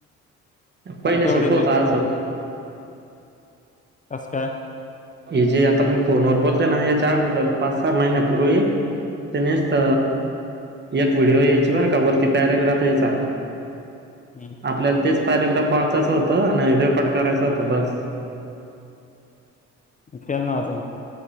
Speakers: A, on the right; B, on the left.
A: पहिले
B: हा तेवढेच
A: सोपं होता
B: एक
A: आजोक,
B: पाच कसं काय?
A: हे जे आता मी फोनवर बोलतो ना याच्या अगोदर पाच, सहा महिन्यापूर्वी त्यानेच एक व्हिडिओ यायची बरं का वरती पॅरग्राफ यायचा,
B: हम्म
A: आपल्याला तेच पॅरेग्राफ पा वाचायचा होतं आणि देवपाट करायचा होता बास.
B: मी केला न्हवती मी.